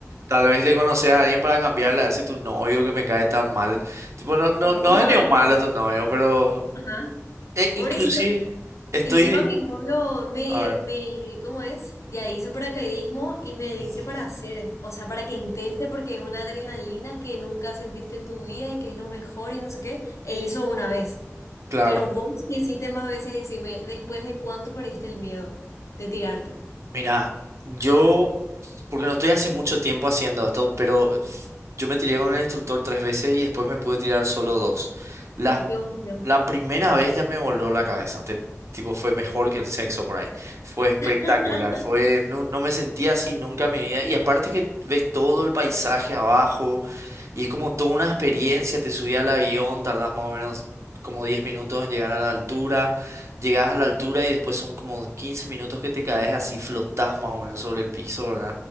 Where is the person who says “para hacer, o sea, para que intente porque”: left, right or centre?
Left